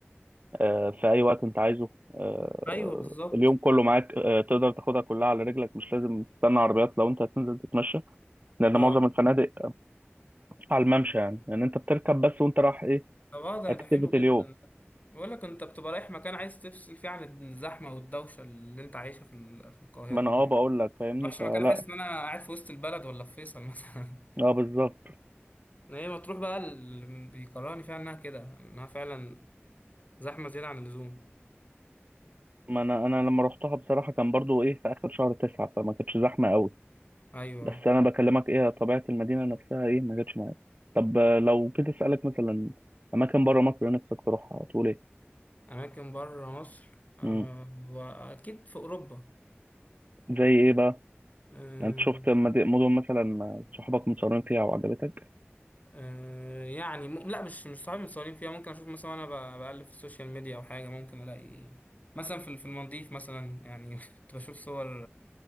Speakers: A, on the right; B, on the left.
A: آه، في أي وقت أنت عايزه آه،
B: ايوه بالظبط
A: اليوم كله معاك آه، تقدر تاخدها كلها على رجلك مش لازم تستنى عربيات لو أنت هتنزل تتمشى لأن
B: اه
A: معظم الفنادق على الممشى يعني لأن أنت بتركب بس وأنت رايح إيه
B: طب اه ده
A: أكتيفيتي
B: ده حلو جدا
A: اليوم
B: ده بقول لك انت بتبقى رايح مكان عايز تفصل فيه عن الزحمه والدوشه اللي انت عايشها في ال- في القاهره
A: ما أنا
B: دي
A: أه
B: يعني
A: بقول لك فاهمني
B: ما رحتش
A: فلا
B: مكان احس ان انا قاعد في وسط البلد ولا في فيصل <laughs> مثلا
A: أه بالظبط
B: ما هي مطروح بقى اللي بيكرهني فيها انها كده انها فعلا زحمه زياده عن اللزوم
A: ما انا انا لما روحتها بصراحه كان برضو ايه في اخر شهر تسعة فما كانتش زحمه قوي
B: ايوه
A: بس انا بكلمك ايه طبيعه المدينه نفسها ايه ما جاتش معايا طب آه، لو كنت اسالك مثلا اماكن بره مصر نفسك تروحها تقول ايه
B: اماكن بره مصر آه،
A: امم
B: واكيد في اوروبا
A: زي ايه بقى
B: آه،
A: يعني انت شفت مد- مدن مثلا صحابك متصورين فيها وعجبتك
B: آه، يعني م... لا مش مش صحابي متصورين فيها ممكن اشوف مثلا انا بقلب في السوشيال ميديا او حاجه ممكن الاقي مثلا في في المالديف مثلا يعني <laughs> كنت بشوف صور